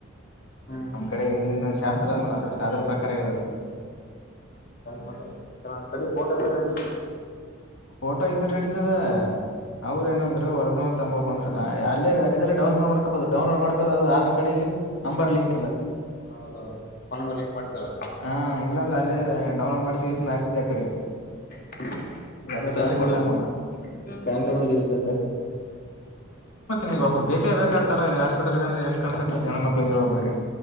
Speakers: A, on the left (about 45°); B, on the left (about 80°).
A: ಹ್ಮ್
B: ನಮ್ಮ್
A: ಹ್ಮ್
B: ಕಡೆ ಹಿಂದಿನ ಶಾಸ್ತ್ರ ಅಂದ್ಮೇಲೆ ಅದ್ರ ಅದ್ರ ಪ್ರಕಾರ ಆದ.
A: ಮತ್ತೆ ಕೆಲ ಕಡೆ ಪೋಟ್ರೆ ರೆಡಿ.
B: ಫೋಟೋ ಇದ್ರ ನಡತದ ಅವ್ರ ಏನಂದ್ರು ಒರ್ಸ ತ ಅಂದ್ರೆ ಅಲ್ಲೇ ಅಲ್ಲದೆಲ್ಲ ಡೌನಲೋಡ್ ಮಾಡಕೋಬಹದು ಡೌನಲೋಡ್ ಮಾಡಕೋ ಅದು ಆಧಾರ್ ಕಾರ್ಡಿಗೆ. ನಂಬರ್
A: ಹ್ಮ್
B: ಲಿಂಕ್ ಇಲ್ಲ
A: ಹೌದೌದು ಫೋನ್ ನಂಬರ್ ಲಿಂಕ್ ಮಾಡಿಸಲ್ಲ
B: ಹ ಇಲ್ಲಾಂದ್ರೆ ಅಲ್ಲೇ. ಡೌಲೋ ಮಾಡ್ ಆಗ್ತಿದೆ ಆ ಕಡೆ.
A: <inaudible>
B: ಯಾವ್ದೋ
A: ಪ್ಯಾನ್
B: ಸಲ
A: ಕಾರ್ಡ್
B: ಕೊಟ್ಟಾಗ
A: ಒಂದು
B: ನೋಡ
A: ಪ್ಯಾನ್ ಕಾರ್ಡ್ <unintelligible>
B: ನಿಮ್ಗ ಒಬ್ಬರ್ ಬೇಕೇಬೇಕಾಗತ್ತಲ್ಲಲ್ಲಿ ಹಾಸ್ಪಿಟಲ್ಗ ಅಂದ್ರ ಹೆಂಗ್ ಕಲ್ಸಕ್ ಆಗ್ತದರಿ ಹೆಣ್ಮಕ್ಳಗೆ ಎಲ್ಲಾ ಒಬ್ಬರಿಗಿ.